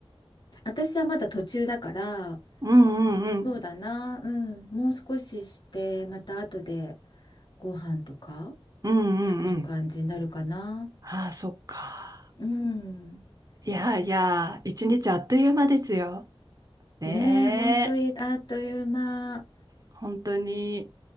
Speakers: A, on the left; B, on the right.
A: 私はまだ途中だから、
B: うんうんうん。
A: そうだな、うん、もう少しして、また後でご飯とか
B: うんうんうん。
A: 作る感じになるかな。
B: ああ、そっか。
A: うん。
B: いやいや、一日あっという間ですよ。ねえ、
A: ねえ、本当にあっという間。
B: 本当に。